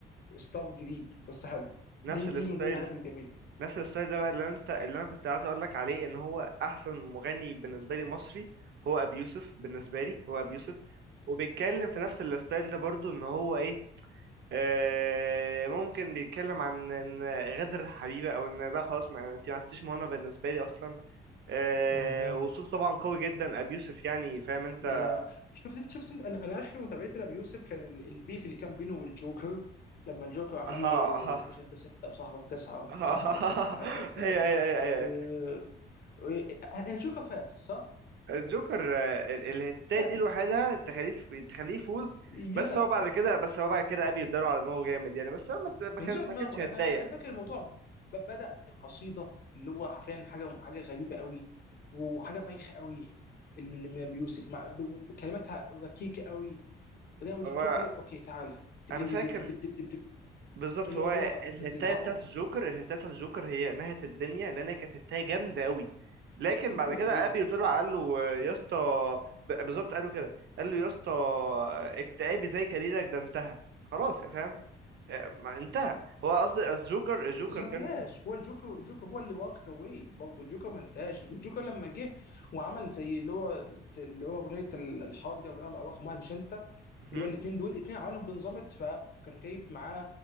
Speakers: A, on the left; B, on the right.
A: ستاف جديد بس حلو
B: نفس
A: دي
B: الستايل
A: دي من ضمن الحاجات الجميله
B: نفس الستايل ده بقى اللي أنت اللي أنا كنت عايز أقول لك عليه إن هو أحسن مغني بالنسبة لي مصري هو أبي يوسف بالنسبة لي هو أبي يوسف وبيتكلم في نفس الستايل ده برضو إن هو إيه آه، ممكن بيتكلم عن ان غدر الحبيبه او ان ده خلاص ما انت ما عدتيش مهمه بالنسبه لي اصلا آه،
A: امم
B: وصوت طبعا قوي جدا ابي يوسف يعني فاهم انت
A: يا شفت انت شفت انت انا انا اخر متابعتي لابي يوسف كان ال- البيف اللي كان بينه والجوكر لما الجوكر عمل
B: اها
A: له
B: اها
A: مش انت سته وصاحبك تسعه وتسعه
B: اها
A: صاحبك سته حاجه كده مختلفه
B: هي هي هي
A: و...
B: هي
A: و... الجوكر فاز صح؟
B: <laughs> الجوكر آه، ال- الهتاية
A: فاز
B: دي لوحدها تخليه تخليه يفوز
A: يا
B: بس هو بعد كده بس هو بعد كده ابي اداله على دماغه جامد يعني بس هو ما ت- ما
A: من
B: كان-
A: نزع دماغه
B: ما كانتش هتاية
A: انا انا انا فاكر الموضوع ب... بدأ بقصيده اللي هو حرفيا حاجه حاجه غريبه قوي وحاجه بايخه قوي اللي من من ابي يوسف مع وكلماتها ركيكه قوي وبعدين
B: هو
A: الجوكر قال له اوكي تعالى دب
B: انا
A: دب
B: فاكر
A: دب دب دب دب دب دب.
B: بالظبط
A: اللي
B: هو
A: هو اللي هو بتاعت
B: الهتاية
A: الهرم
B: بتاعت الجوكر الهتاية بتاعت الجوكر هي نهت الدنيا لان هي كانت هتاية جامدة قوي لكن
A: ايوه
B: بعد كده
A: يا دود
B: ابي طلع قال له يا اسطى ب- بالظبط قال له كده قال له يا اسطى اكتئابي زي كاريرك ده انتهى خلاص يا فاهم آه، ما انتهى هو قصدي الجوكر الجوكر
A: بس ما
B: كان
A: انتهاش هو الجوكر الجوكر هو اللي واكت اواي برضه الجوكر ما انتهاش الجوكر لما جه وعمل زي اللي هو اللي هو اغنيه الحرب دي او رقم رقم واحد مش انت
B: <laughs> مهم.
A: اللي هو الاثنين دول الاثنين عملهم بنظام التراب وكان جايب معاه